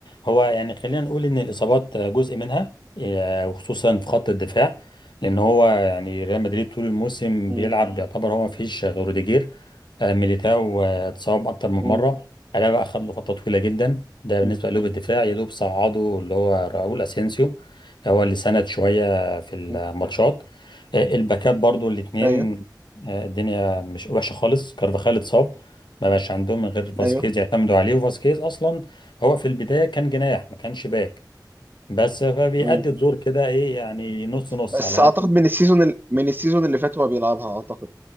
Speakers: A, on the left; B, on the right.
A: هو يعني خلينا نقول ان الاصابات آه، جزء منها آه، وخصوصا في خط الدفاع لان هو يعني ريال مدريد طول الموسم
B: مم.
A: بيلعب يعتبر هو ما فيش غير روديجير آه، ميليتاو آه، اتصاب اكتر من
B: مم.
A: مره الابا اخذ له فتره طويله جدا ده بالنسبه
B: مم.
A: لقلوب الدفاع يا دوب صعده اللي هو راؤول اسينسيو هو اللي سند شويه في الماتشات
B: مم.
A: آه، الباكات برضو الاثنين
B: ايوه
A: الدنيا مش وحشه خالص كارفاخال اتصاب ما بقاش عندهم من غير فاسكيز
B: ايوه
A: يعتمدوا عليه وفاسكيز اصلا هو في البدايه كان جناح ما كانش باك بس فبيأدي
B: مم.
A: الدور كده ايه يعني نص نص
B: بس
A: على
B: اعتقد
A: قد
B: من السيزون ال... من السيزون اللي فات هو بيلعبها اعتقد